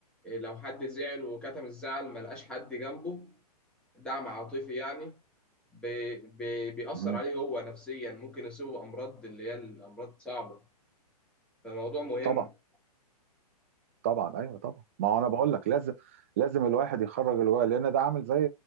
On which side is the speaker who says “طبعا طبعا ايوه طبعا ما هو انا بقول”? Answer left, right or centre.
Right